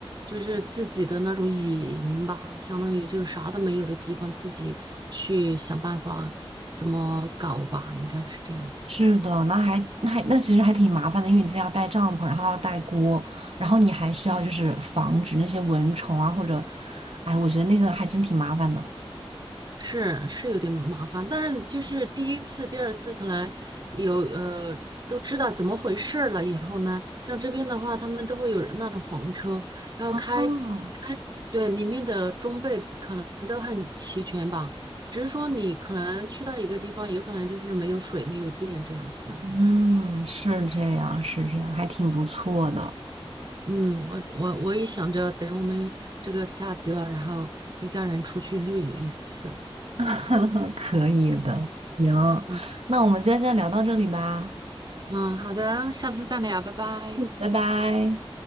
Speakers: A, on the right; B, on the right.
A: 就是自己的那种野营吧，相当于就是啥都没有的地方，自己去想办法怎么搞吧，应该是这样子。
B: 是的，那还那还那其实还挺麻烦的，因为你自己要带帐篷，然后要带锅，然后你还需要就是防止那些蚊虫啊或者，哎，我觉得那个还真挺麻烦的。
A: 是是有点麻烦，但是就是第一次、第二次可能有呃都知道怎么回事儿了以后呢，像这边的话，他们都会有那种房车，然后开开，
B: 哦，
A: 对，里面的装备可能都很齐全吧，只是说你可能去到一个地方，有可能就是没有水、没有电这样子嘛
B: 嗯，是这样，是这样，还挺不错的。
A: 嗯，我我我也想着等我们这个下集了，然后一家人出去露营一次。
B: <laughs> 可以的，行，
A: 嗯
B: 那我们今天先聊到这里吧，
A: 嗯，好的，下次再聊，拜拜。
B: 拜拜。